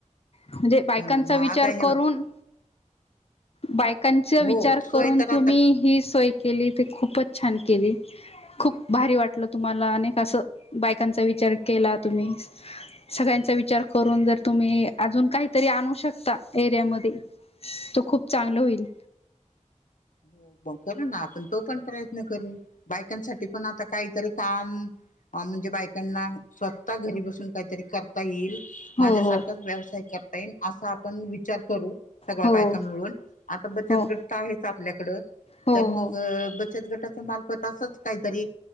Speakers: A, on the left; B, on the left.
A: म्हणजे बायकांचा
B: हो ना मग
A: विचार
B: आता हे
A: करून बायकांचा विचार
B: हो
A: करून
B: सोय तर
A: तुम्ही
B: आता
A: ही सोय केली. ते खूपच छान केली. खूप भारी वाटलं तुम्हाला अनेक असं. बायकांचा विचार केला तुम्ही. सगळ्यांचा विचार करून जर तुम्ही अजून काय तरी आणू शकता एरियामध्ये तर खूप चांगलं होईल.
B: हो मग करू ना. आपण तो पण प्रयत्न करू. बायकांसाठी पण आता काहीतरी काम अ म्हणजे बायकांना स्वतः घरी बसून काहीतरी करता येईल
A: हो
B: माझ्यासारखाच
A: हो
B: व्यवसाय कर अस आपण विचार करू. सगळ्या
A: हो
B: बायका मिळून, आता बचत
A: हो
B: गट आहे. आपल्याकड
A: हो
B: तर मंग बचत गट मार्फत असच काहीतरी